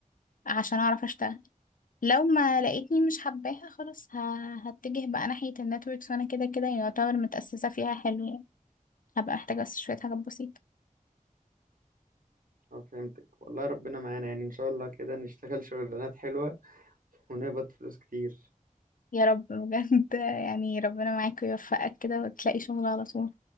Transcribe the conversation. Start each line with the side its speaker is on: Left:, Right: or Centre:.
Left: عشان اعرف اشتغل لو ما لقيتني مش حباها خلاص ه- هتجه بقى ناحية النتوركس وانا كده كده يعتبر متأسسة فيها حلو يعني هبقى محتاجة بس شوية حاجات بسيطة
Right: اه فهمتك والله ربنا معانا يعني ان شاء الله كده نشتغل شغلانات حلوه ونقبض فلوس كتير
Left: يا رب بجد <laughs> يعني ربنا معاك ويوفقك كده وتلاقي شغل على طول